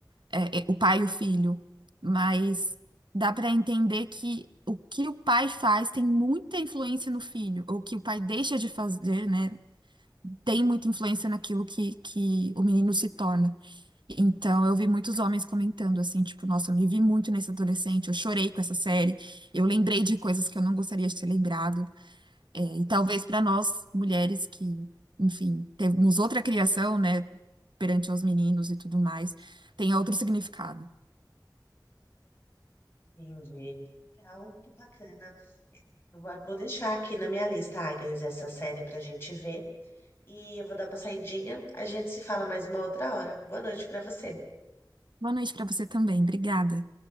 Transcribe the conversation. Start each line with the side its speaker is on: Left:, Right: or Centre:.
Right: é, é, o pai e o filho, mas dá para entender que o que o pai faz tem muita influência no filho, ou o que o pai deixa de fazer, né, tem muita influência naquilo que, que o menino se torna. Então, eu vi muitos homens comentando assim, tipo, nossa, eu me vi muito nesse adolescente, eu chorei com essa série, eu lembrei de coisas que eu não gostaria de ter lembrado, É, e talvez para nós, mulheres que, enfim, temos outra criação, né, perante os meninos e tudo mais, tenha outro significado.
Left: Entendi. Legal, que bacana. Eu Vou vou deixar aqui na minha lista, Agnes, essa série pra gente ver. E eu vou dar uma saidinha. A gente se fala mais uma outra hora. Boa noite pra você.
Right: Boa noite para você também. Obrigada.